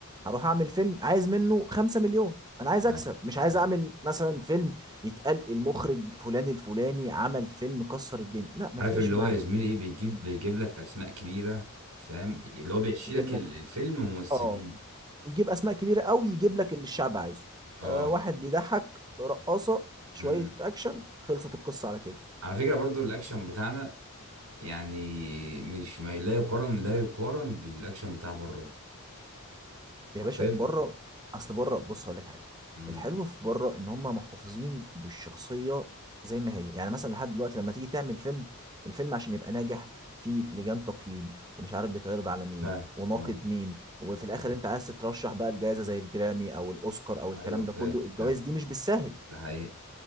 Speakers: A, on the right (about 20°); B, on the right (about 80°).
A: هروح اعمل فيلم عايز منه 5 مليون انا عايز
B: فاهم
A: اكسب مش عايز
B: فاهم
A: اعمل مثلا فيلم يتقال المخرج فلان الفلاني عمل فيلم كسر الدنيا لا ما
B: عارف
A: يفرقش
B: اللي
A: معاه
B: هو يا زميلي ايه بيجيب بيجيب لك أسماء كبيرة فاهم اللي هو بيحشي
A: يجيب
B: لك ال-
A: لك
B: الفيلم ممثلين
A: اه يجيب اسماء كبيره قوي يجيب لك اللي الشعب عايزه
B: اه
A: آه، واحد بيضحك رقاصه شويه
B: مم.
A: اكشن خلصت القصه على كده
B: على فكرة برضو الاكشن بتاعنا يعني مش ما لا يقارن لا يقارن بالاكشن بتاع بره
A: يا
B: حرفيا
A: باشا بره اصل بره بص هقول لك حاجه
B: امم
A: الحلو في بره ان هم محتفظين بالشخصيه زي ما هي يعني مثلا لحد دلوقتي لما تيجي تعمل فيلم الفيلم عشان يبقى ناجح في لجان تقييم ومش عارف بيتعرض على مين
B: فاهمك
A: وناقد
B: اه
A: مين وفي الاخر انت عايز تترشح بقى الجائزه زي الجرامي او الاوسكار او
B: ايوه
A: الكلام
B: فاهم
A: ده كله الجوائز
B: فاهم
A: دي مش بالساهل
B: ده حقيقة